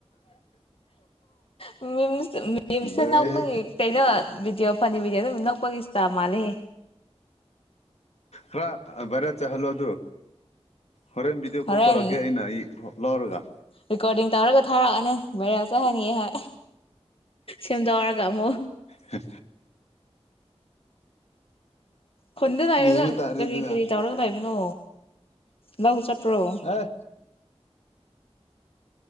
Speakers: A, on the left (about 60°); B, on the left (about 80°).
A: ꯃꯤꯝꯁ ꯃꯤꯝꯁꯇ
B: ꯂꯩꯣꯏ
A: ꯅꯣꯛꯄꯒꯤ ꯀꯩꯅꯣ ꯚꯗꯤꯑꯣ ꯐꯅꯤ ꯚꯤꯗꯤꯑꯣ ꯑꯗꯨꯝ ꯅꯛꯄꯒꯤ ꯏꯁꯇꯥ ꯃꯥꯜꯂꯦ
B: ꯍꯥ꯭ꯔ ꯔꯦꯠ ꯆꯍꯜꯂꯣ ꯑꯗꯨ ꯍꯣꯔꯦꯟ ꯚꯤꯗꯤꯑꯣ
A: ꯍꯣꯔꯦꯟ
B: ꯀꯣꯜ ꯇꯧꯔꯛꯀꯦ ꯑꯩꯅ ꯑꯩ ꯂꯧꯔꯒ
A: ꯔꯦꯀꯣꯔꯗꯤꯡ ꯇꯧꯔꯒ ꯊꯥꯔꯛꯑꯅꯦ ꯚꯔꯦꯜ ꯆ ꯍꯥꯏꯅꯤꯌꯦꯦ ꯁꯦꯝꯗꯧꯔꯒ ꯑꯃꯨꯛ
B: ꯍ
A: ꯈꯨꯣꯟꯗ ꯂꯩꯥꯏꯔꯒ
B: ꯌꯦꯡꯕ ꯇꯥꯔꯦ
A: ꯀꯔꯤ
B: ꯑꯗꯨꯅ
A: ꯀꯔꯤ ꯇꯧꯔꯒ ꯂꯩꯕꯅꯣ ꯂꯧ ꯆꯠꯄ꯭ꯔꯣ
B: ꯍꯥ